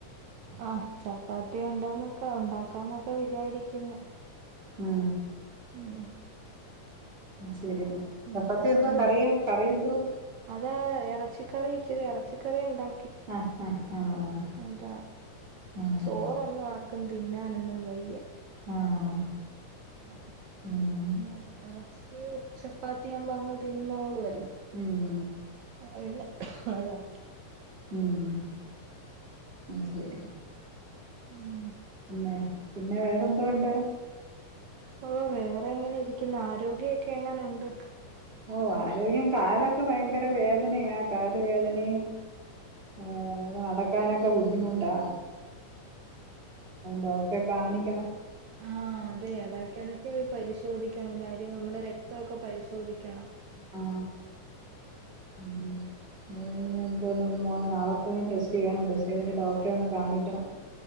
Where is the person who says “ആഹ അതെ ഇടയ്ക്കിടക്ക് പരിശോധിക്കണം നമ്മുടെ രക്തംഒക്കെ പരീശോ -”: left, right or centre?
Right